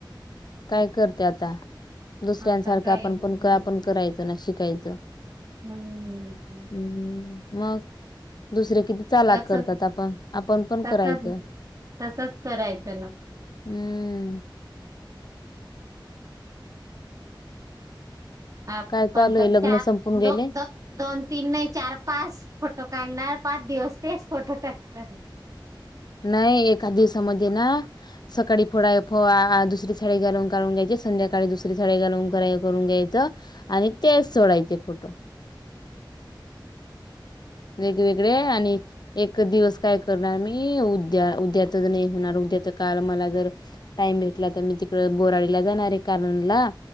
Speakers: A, on the left; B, on the right.
A: काय करते आता दुसऱ्यांसारखं
B: हम्म
A: आपण पण आपण करायचं ना शिकायचं
B: हम्म.
A: हम्म मग दुसरे किती चालाक
B: तसच
A: करतात आपण आपण पण
B: तसच
A: करायचं.
B: तसच करायचं ना
A: हम्म.
B: अ
A: काय चालू
B: कोण
A: आहे लग्न
B: च
A: संपून गेले
B: दोन तीन नाही चार पाच फोटो काढणार पाच दिवस तेच फोटो टाकणार.
A: नाही एखादीवस समजे ना सकाळी फोडा फ दुसरी साडी घालून काढून घ्यायचे संध्याकाळी दुसरी साडी घालून करून घ्यायच आणि तेच सोडायचे फोटो वेगवेगळे आणि एक दिवस काय करणार मी उद्या उद्यातच नाही होणार उद्याच काल मला टाईम भेटला तर मी तिकडे बोराडीला जाणार आहे कारण ना